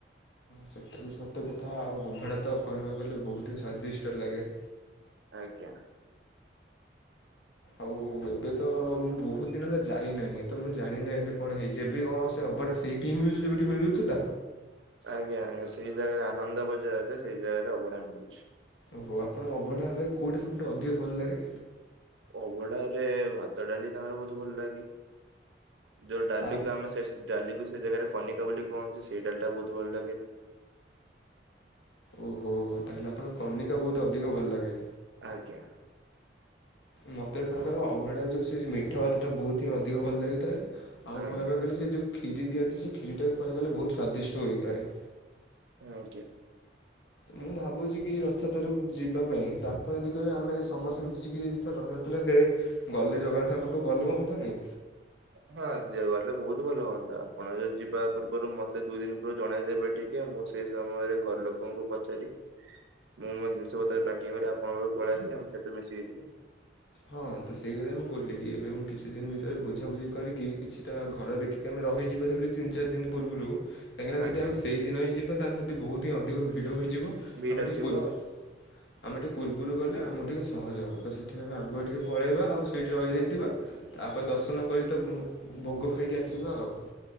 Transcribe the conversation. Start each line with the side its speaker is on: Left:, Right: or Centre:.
Left: ସେଇଟା ବି ସତ କଥା ଆଉ ଅଭଢା ତ କହିବାକୁ ଗଲେ ବହୁତି ସ୍ଵାଦିଷ୍ଟ ଲାଗେ।
Right: ଆଜ୍ଞା।
Left: ଆଉ ଏବେ ତ ମୁଁ ବହୁତ ଦିନ ହେଲା ଯାଇନାହିଁ ତ ମୁଁ ଜାଣିନାହିଁ ଏବେ କଣ ହେଇଛି ଏବେ କଣ ସେ ଅଭଡ଼ା ସେଇଟି ହିଁ ମିଳୁଛି ଯୋଉଠି ମିଳୁଥିଲା?
Right: ଆଜ୍ଞା ଆଜ୍ଞା ସେଇ ଜାଗାରେ ଆନନ୍ଦ ବଜାରେ ସେଇ ଜାଗାରେ ଅଭଢା ମିଳୁଚି।
Left: ଓହୋ ଆପଣଙ୍କୁ ଅଭଢା ରେ କୋଉଟା ସବୁଠୁ ଅଧିକ ଭଲ ଲାଗେ?
Right: ଅଭଡ଼ା ରେ ଭାତ ଡାଲି ତାଙ୍କର ବହୁତ ଭଲ ଲାଗେ ଯୋଉ ଡାଲି
Left: ଆଉ
Right: କ ଆମେ ସେ ଡାଲି କୁ ସେ ଜାଗାରେ କନିକା ବୋଲି କୁହନ୍ତି ସେଇ ଡାଲିଟା ବହୁତ ଭଲ ଲାଗେ।
Left: ଓ ହୋ ତାହେଲେ ଆପଣଙ୍କୁ କନିକା ବହୁତ ଅଧିକ ଭଲ ଲାଗେ।
Right: ଆଜ୍ଞା।
Left: ମତେ ତାଙ୍କର ଅଭଡା ଯୋଉ ସେ ମିଠା ଭାତ ଟା ବହୁତ ହିଁ ଅଧିକ ଭଲ ଲାଗିଥାଏ। ଆଉ
Right: ଆଜ୍ଞା
Left: କହିବାକୁ ଗଲେ ସେ ଯୋଉ କ୍ଷିରି ଦିଅନ୍ତି ସେ କ୍ଷିରି ଟାକୁ କହିବାକୁ ଗଲେ ବହୁତ ସ୍ଵାଦିଷ୍ଟ ହୋଇଥାଏ।
Right: ହଁ ଆଜ୍ଞା।
Left: ମୁଁ ତ ଭାବୁଛି କି ରଥଯାତ୍ରାକୁ ଯିବା ପାଇଁ ତ ଆପଣ ଯଦି କହିବେ ଆମେ ସମସ୍ତେ ମିଶିକି ରଥଯାତ୍ରାରେ ଗଲେ ଜଗନ୍ନାଥଙ୍କ ପାଖକୁ ଭଲ ହୁଅନ୍ତାନି।
Right: ହଁ ଗଲେ ବହୁତ ଭଲ ହୁଅନ୍ତା ଆପଣ ଯଦି ଯିବା ପୂର୍ବରୁ ମତେ ଦୁଇ ଦିନ ପୂର୍ଵରୁ ଜଣେଇ ଦେବେ ଟିକେ ମୁଁ ସେଇ ସମୟରେ ଘର ଲୋକଙ୍କୁ ପଚାରି ମୁଁ ମୋ ଜିନିଷ ପତ୍ର ପ୍ୟାକିଂ କରି ଆପଣଙ୍କ ପାଖକୁ ପଳେଇଆସିବି ଆମେ ସେଠୁ ମିଶିକି ଯିବା।
Left: ହଁ ତ ସେଇ କଥା ମୁଁ କହି କି ଏବେ ମୁଁ କିଛି ଦିନ ଭିତରେ ବୁଝାବୁଝି କରିକି କିଛିଟା ଘର ଦେଖିକି ଆମେ ରହିଯିବା ଯିବା ସେଠି ତିନି ଚାରି ଦିନ ପୂର୍ବରୁ କହିଁକିନା ଯଦି
Right: ଆଜ୍ଞା
Left: ଆମ ସେଇ ଦିନି ଯିବା ତାହେଲେ ସେଠି ବହୁ ହି ଅଧିକ ଭି ହୋଇଯିବ
Right: ଭିଡ
Left: ଆମେ ଟିକେ
Right: ଥିବ
Left: ପର୍ବ ଆମେ ଟିକେ ପୂର୍ବରୁ ଗଲେ ଆମକୁ ଟିକେ ସହଜ ହେବ ତ ସେଥିପାଇଁ ଆମେ ଆଗୁଆ ଟିକେ ପଳେଇବା ଆଉ ସେଇଠି ରହିଯାଇଥିବା
Right: ଆଜ୍ଞା
Left: ତାପରେ ଦର୍ଶନ କରି ତ ଭୋଗ ଖାଇକି ଆସିବା ଆଉ।